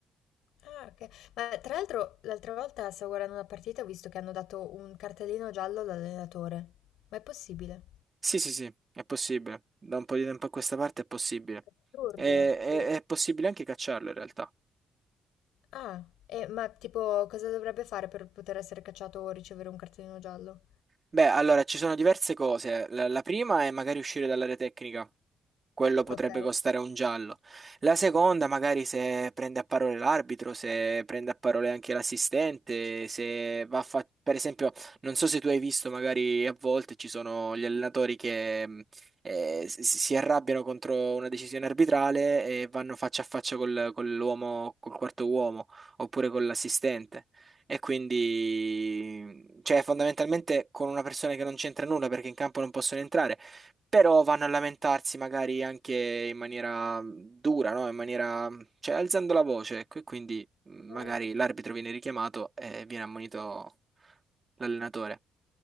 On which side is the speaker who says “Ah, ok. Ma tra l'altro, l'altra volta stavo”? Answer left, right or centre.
Left